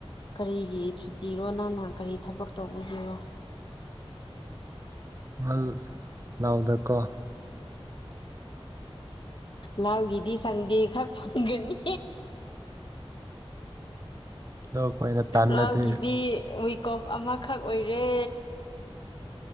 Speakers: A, on the left (about 50°); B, on the right (about 35°).
A: ꯀꯔꯤꯒꯤ ꯁꯨꯇꯤꯔꯣ ꯅꯪꯅ ꯀꯔꯤ ꯊꯕꯛꯛꯇꯧꯕꯒꯤꯔꯣ
B: ꯑꯜ ꯂꯧꯗꯀꯣ
A: ꯂꯧꯒꯤꯗꯤ ꯁꯟꯗꯦ ꯈꯛ ꯐꯪꯒꯅꯤ
B: ꯑꯗꯣ ꯑꯩꯈꯣꯏꯅ ꯇꯥꯟꯅꯗꯦ
A: ꯂꯧꯒꯤꯗꯤ ꯋꯤꯑꯣꯐ ꯑꯃꯈꯛ ꯑꯣꯏꯔꯦ